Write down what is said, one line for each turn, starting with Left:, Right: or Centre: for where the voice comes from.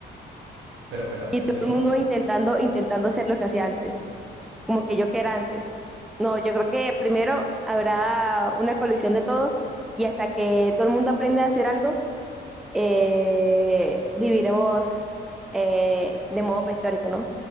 Right: Pero, pero
Centre: Y todo
Right: yo,
Centre: el mundo intentando, intentando hacer lo que hacía antes, como que yo que era antes. No, yo creo que primero habrá una colisión de todo y hasta que todo el mundo aprende a hacer algo, eh, viviremos eh, de modo prehistórico, ¿no?